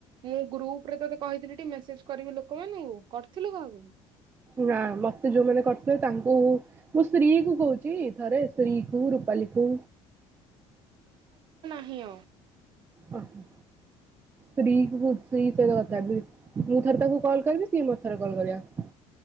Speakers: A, on the right; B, on the right.
A: ମୁଁ ଗ୍ରୁପ ରେ କହିଥିଲି ଟି ମେସେଜ୍ କରିବୁ ଲୋକମାନ ଙ୍କୁ। କରିଥିଲୁ କାହାକୁ?
B: ନା ମତେ ଯୋଉମାନେ କରିଥିଲେ, ତାଙ୍କୁ ମୁଁ ଶ୍ରୀ କୁ କହୁଚି ଥରେ ଶ୍ରୀ କୁ ରୁପାଲି କୁ
A: ନିଅ।
B: ଅହଂ ଶ୍ରୀ କୁଚ ଶ୍ରୀ ସହିତ କଥା ହେଉଥିଲି ମୁଁ ତାକୁ ଥରେ ତାକୁ କଲ୍ କରିବି ସିଏ ମୋତେ ଥରେ କଲ୍ କରିବ।